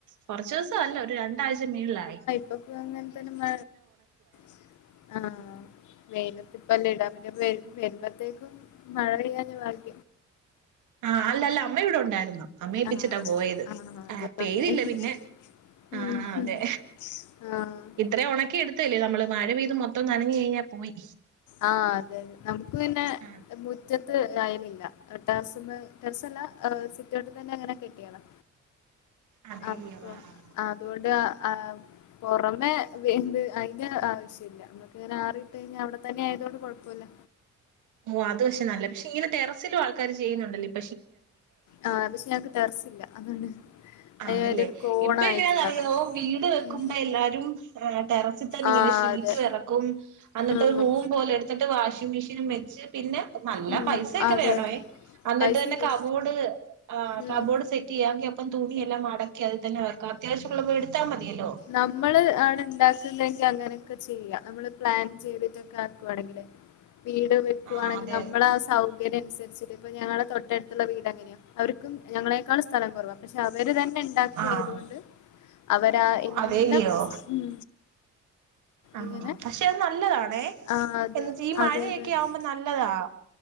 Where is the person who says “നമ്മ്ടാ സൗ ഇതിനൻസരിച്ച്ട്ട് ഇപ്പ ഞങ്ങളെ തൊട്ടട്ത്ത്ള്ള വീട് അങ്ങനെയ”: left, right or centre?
Left